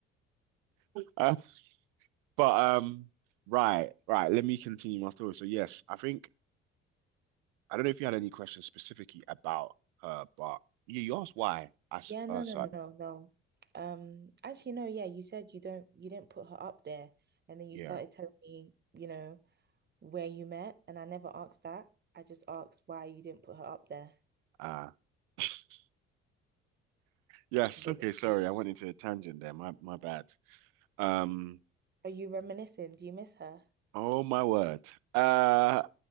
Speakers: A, on the right; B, on the right.
A: uh, but um, right, right. Let me continue my thought. So yes, I think I don't know if you had any questions specifically about her, but yeah, you asked why. I s-
B: Yeah, no,
A: uh,
B: no,
A: so
B: no,
A: I-
B: no. Um, actually, no, yeah, you said you don't you didn't put her up there, and then you
A: yeah.
B: started telling me, you know where you met, and I never asked that. I just asked why you didn't put her up there.
A: Uh <laughs> Yes.
B: A bit
A: Okay. Sorry,
B: confused.
A: I went into a tangent there. My my bad. Um.
B: Are you reminiscing? Do you miss her?
A: Oh my word. Uh.